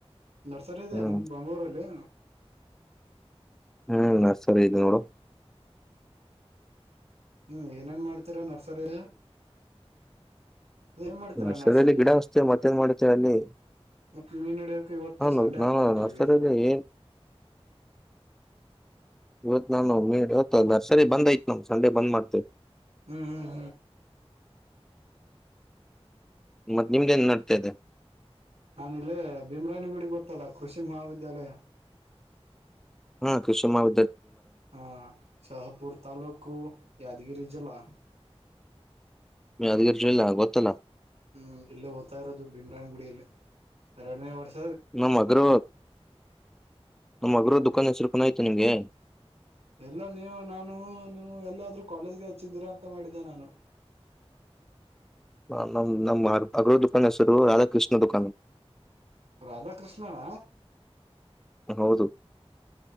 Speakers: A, on the right; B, in the centre.
A: ನರ್ಸರಿ ಇದೆ
B: ಹ್ಮ್
A: ನಮ್ದ ಬೆಂಗಳೂರಲ್ಲಿ
B: ಹ್ಮ್ ನರ್ಸರಿ ಇ ನೋಳೋ
A: ಹ್ಮ್ ಏನೇನ್ ಮಾಡ್ತ ಚತ್ರ ನರ್ಸರಿ ಏನ್ ಮಾಡ್ತೀರಾ
B: ನರ್ಸರಿಯಲ್ಲಿ
A: ನರ್ಸರಿಲಿ
B: ಗಿಡ ಹಚ್ತೇವೆ ಮತ್ತೇನ್ ಮಾಡ್ತೇವೆ ಅಲ್ಲಿ
A: ಮತ್ತ ಮೀನ್ ಹಿಡಿಯೋಕ ಇವತ್ತು
B: ನಾನು
A: ಸಂಡೆ ಅಲ್ವಾ
B: ನಾನು
A: ಅದಕ್ಕೆ
B: ನರ್ಸರಿಯಲ್ಲಿ
A: ಹೋಗಿದ್ದೀರಾ.
B: ಏನ್ ಇವತ್ ನಾನು ಮೇ ಇವತ್ತು ನರ್ಸರೀ ಬಂದ್ ಐಯ್ತ್ ನಮ ಸಂಡೆ ಬಂದ್ ಮಾಡ್ತೇವಿ
A: ಹ್ಮ್ ಹ್ಮ್
B: ಮತ್ತ ನಿಮಗೆೇನ್ ನಡ್ತದೆ
A: ನಾನ ಇಲ್ಲೇ ಭೀಮ್ರಾಯಾನಗುಡಿ ಗೊತ್ತಲ್ಲ ಕೃಷಿ ಮಹಾವಿದ್ಯಾಲಯ
B: ಹ್ಮ ಕೃಷಿ ಮಾಡ
A: ಹಾ ಶಹಪುರ್ ತಾಲೂಕು ಯಾದಗಿರಿ ಜಿಲ್ಲಾ
B: ನೀ ಅದಗಿಲ್ಲ ಗೊತ್ತಲ್ಲಾ
A: ಹ್ಮ್ ಇಲ್ಲೇ ಓ್ತ ಇರೋದು ಭೀಮ್ರಾನ್ ಗುಡಿಯಲ್ಲಿ ಎರಡನೇ ವರ್ಷ
B: ನಮ್ಮ ಮಗ್ರ ನಮ್ಮಗ್ರ ದ ದುಕಾನ ಸರುಪನ ಆಯ್ತು ನಿಮಗೆ
A: ಎಲ್ಲ ನೀವು ನಾನು ನೀವು ಎಲ್ಲಾದ್ರೂ ಕಾಲೇಜ್ಗೆ ಹಚ್ಚಿದ್ದೀರಾ ಅಂತ ಮಾಡಿದ್ದೆ ನಾನು..
B: ಹ ನಮ್ಮ್ ನಮ್ಮ್ ಅಗ್ರ ದುಖಾನ್ ಹೆಸರು ರಾಧಾಕೃಷ್ಣ ದುಖಾನ್.
A: ರಾಧಾಕೃಷ್ಣನ.
B: ಹೌದು.